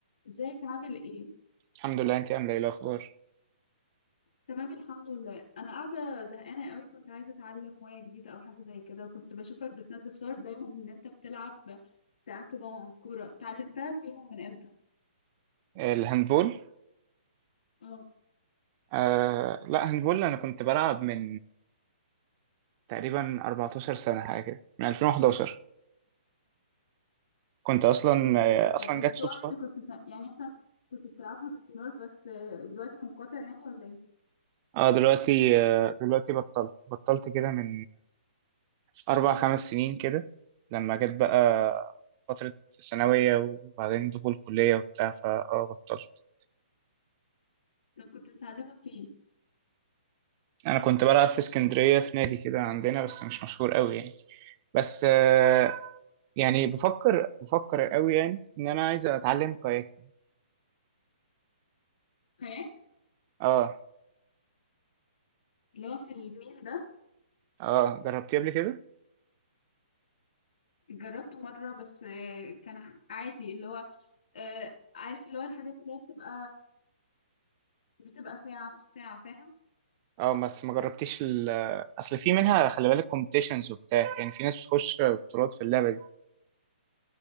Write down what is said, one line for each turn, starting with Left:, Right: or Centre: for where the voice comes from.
Left: ازيك عامل ايه
Right: الحمد لله انت عامله ايه الاخبار
Left: تمام الحمد لله انا قاعده زهقانه قوي كنت عايزه اتعلم هوايه جديده او حاجه زي كده وكنت بشوفك بتنزل صور دايما ان انت بتلعب بتاع كده كوره اتعلمتها فين ومن امتى
Right: الهاندبول
Left: اه
Right: آه لا هاندبول انا كنت بلعب من تقريبا 14 سنه حاجه كده من 2011 كنت اصلا آه
Left: طب
Right: اصلا
Left: والصور
Right: جت صدفه
Left: اللي كنت بت... يعني انت كنت بتلعبها باستمرار بس آه، دلوقتي منقطع يعني ولا ايه
Right: اه دلوقتي آه دلوقتي بطلت بطلت كده من اربع خمس سنين كده لما جت بقى فتره ثانويه وبعدين دخول كليه وبتاع فاه بطلت
Left: طب كنت بتعلمها فين
Right: انا كنت بلعب في اسكندريه في نادي كده عندنا بس مش مشهور قوي يعني بس آه، يعني بفكر بفكر قوي يعني ان انا عايز اتعلم كاياك
Left: كاياك
Right: اه
Left: اللي هو في النيل ده
Right: اه جربتيه قبل كده
Left: جربته مره بس آه، كان ح- عادي اللي هو آه، عارف اللي هو الحاجات اللي هي بتبقى بتبقى ساعه نص ساعه فاهم
Right: اه بس ما جربتيش ال... اصل في منها خلي بالك كومبيتيشنز وبتاع يعني في ناس بتخش بطولات في اللعبه دي